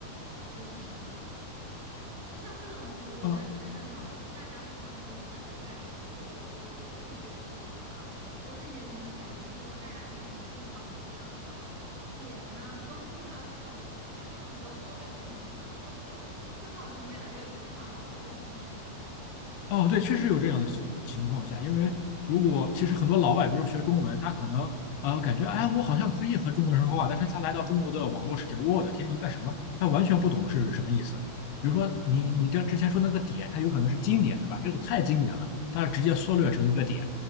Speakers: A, on the right (about 60°); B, on the left (about 80°).
A: 其实什么呢？其实像这种词，我觉得还正常吧，
B: 呃，
A: 就是大家日常都会用。但是我感觉就是我我我的理解是什么啊？我的理解可能是感觉就是说，大家平时可能用到说像什么点呐、崩啊这种，就用的比较多。我感觉可能就是说，就是会造成越来越无法好好沟通。
B: 哦，对，确实有这样的情情况下，因为如果其实很多老外，
A: 对，
B: 比如学中文，他可能呃感觉，哎，我好像可以和中国人说话，但是他来到中国的网络世界，我的天，一个什么，他完全不懂是什么意思。
A: 对对对对，
B: 比如说你你这之前说那个点，它有可能是经典，对吧？这个太经典了，它直接缩略成一个点。